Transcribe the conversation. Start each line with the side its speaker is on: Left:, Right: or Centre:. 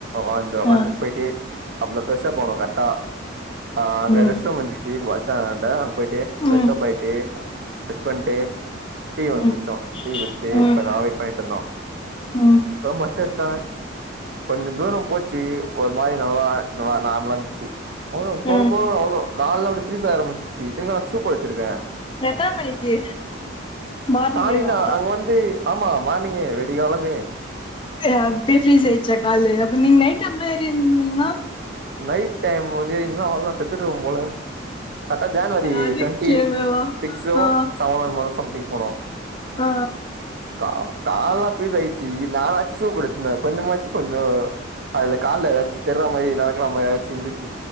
Right: தொ உக்காந்துட்டு
Left: ஆ
Right: போயிட்டு அப்ற தா பெரஷ்ஷப் ஆனோ <unintelligible> ஆ அங்க
Left: ம்
Right: ரெஸ்ட்ரூம் இந்துச்சு பஸ் ஸ்டாண்ட்டாண்ட அங்க போயிட்டு பெரஷ்ஷப்
Left: ம்
Right: ஆயிட்டு <unintelligible> டீ ஒன்னு
Left: ம்
Right: குடிச்சோ டீ குடிச்சிட்டு <unintelligible>
Left: ம்
Right: வெய்ட் பண்ணிட்டு இருந்தோ
Left: ம்
Right: அப்றோ பஸ் எடுத்தாங்க கொஞ்சோ தூர போச் ச்சி ஒரு மாதிரி நல்லா நல்லா நார்மலா இருந்துச்சு <unintelligible> போக
Left: ம்
Right: போக அவளோ கால்லா அப்டி ஃரீஸ் ஆரம்பிச்சிச்சி இத்தினிக்கு நா ஷூ போட்டுருக்கே
Left: எத்தன மணிக்கு மார்னிங்கேவா
Right: காலைல அங்க வந்து ஆமா மார்னிங்கே வெடியகாலமே
Left: <unintelligible> அப்பயே ஃப்ரீஸ் ஆயிடுச்சா காலு அப்ப நீங்க நைட் டைம்ல ஏறியிருந்தீங்கன்னா
Right: நைட் டைம் வந்து ஏறிருந்தீங்கன்னா அவ்ளோ தா செத் த்துடுவ போல அக்கா ஜன்வரி
Left: அதுக்கேவா
Right: டுவெண்ட்டி சிக்ஸ்ஸோ
Left: ஆ
Right: செவன்னோ <unintelligible> சம் போனோ
Left: ஆ
Right: கா கால்லா ஃப்ரீஸ் ஆயிடுச்சு நானாச்சு ஷுப்போட்டுருந்தனே கொஞ்சமாச்சு கொஞ்சோ அதுல கால்ல எதாச்சு தெர்றா மாரி <unintelligible> இருந்திச்சு